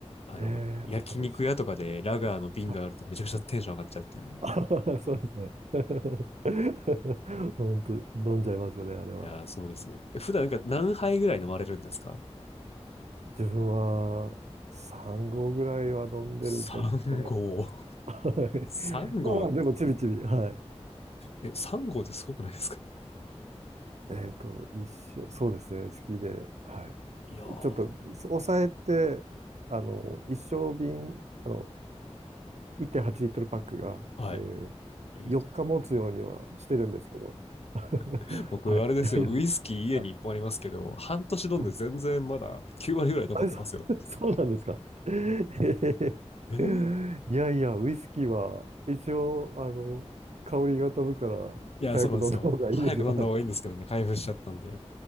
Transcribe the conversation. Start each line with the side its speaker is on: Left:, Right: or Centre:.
Left: あの、
Right: へえ、
Left: 焼肉屋とかでラガーの瓶があるとめちゃくちゃテンション上がっちゃうっていう。
Right: 赤星。はい。<laughs> ああそうですね。<laughs> 本当、飲んじゃいますよね、あれは。
Left: いやー、そうですよ。え普段なんか何杯ぐらい飲まれるんですか
Right: 自分は3合ぐらいは飲んでるんじゃないか
Left: ?3 合。
Right: な。はいまあまあ、
Left: 3号、
Right: でも、ちびちび、はい。
Left: え、3号ってすごくないですか
Right: えっと、一生、そうですね、好きで、はい。
Left: いやー、
Right: ちょっと、抑えて、あの、一升瓶、あの、1.8リットルパックが、
Left: はい。
Right: えー、
Left: いやいい
Right: 4日持つようにはしてるんですけど。<laughs>
Left: <laughs> 僕、
Right: はい。
Left: あれですよ。
Right: いやいや
Left: ウイスキー家に1本ありますけど、
Right: はい
Left: 半年飲んで全然まだ9割ぐらい残ってますよ。
Right: はいあれ、そ <laughs> そうなんですか。<laughs> えーいやいや、
Left: えー
Right: ウイスキーは一応、あの、香りが飛ぶから早く飲んだ方がいいですよ。
Left: いや、そうなんですよ。早く飲んだ方がいいんですけどね、
Right: はい。
Left: 開封しちゃったんで。